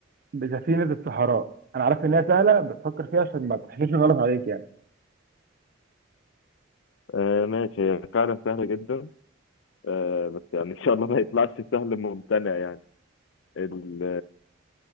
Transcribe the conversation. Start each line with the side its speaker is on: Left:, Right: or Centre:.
Right: بسفينة الصحراء انا عارف ان هي سهلة بس فكر فيها عشان ما تحسش غلط عليك يعني
Left: آه ماشي هي فعلا سهلة جدا آه بس يعني ان شاء الله ما يطلعش سهل ممتنع يعني ال-